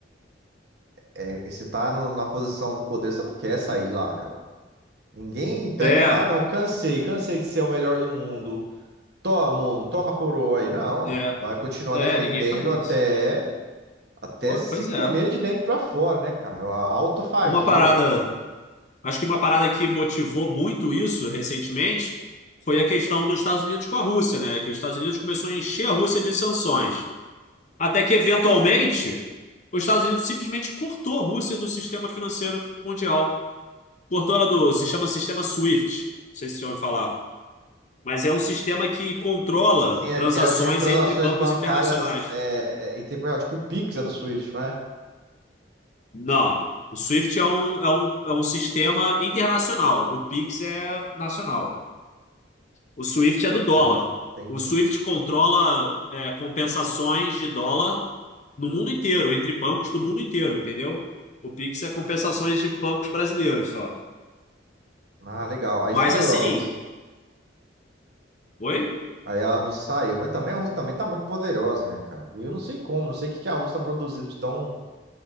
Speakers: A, on the right; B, on the left.
A: é, se tá no- na posição do poder, você não quer sair de lá, cara. Ninguém pega
B: É,
A: e fala, ah, não, cansei, cansei de ser o melhor do mundo. Toma, mundo, toma a coroa aí. Não,
B: é,
A: vai continuar
B: é,
A: defendendo
B: ninguém faz
A: até,
B: isso.
A: até
B: Pô,
A: se
B: Pois
A: comer
B: é.
A: de dentro para fora, né, cara? A autofagia.
B: Uma parada Acho que uma parada que motivou muito isso recentemente foi a questão dos Estados Unidos com a Rússia, né? Que os Estados Unidos começou a encher a Rússia de sanções. Até que, eventualmente, os Estados Unidos simplesmente cortou a Rússia do sistema financeiro mundial. Cortou ela do... Se chama sistema SWIFT. Não sei se você ouviu falar. Mas é um sistema que controla
A: Sim, é,
B: transações
A: é o de transações
B: entre bancos
A: bancárias
B: internacionais.
A: é, é, em tempo real, tipo o Pix é do Swift, né?
B: Não. O SWIFT é um, é um, é um sistema internacional. O PIX é nacional. O Swift é do dólar.
A: Ah, entendi.
B: O Swift controla é, compensações de dólar no mundo inteiro, entre bancos do mundo inteiro, entendeu? O Pix é compensações de bancos brasileiros só.
A: Ah, legal. Aí
B: Mas
A: saiu
B: assim,
A: a Rússia.
B: oi?
A: Aí a Rússia saiu, mas também a Rússia também tá muito poderosa, né, cara? Eu não sei como, não sei o que que a Rússia tá produzindo de tão,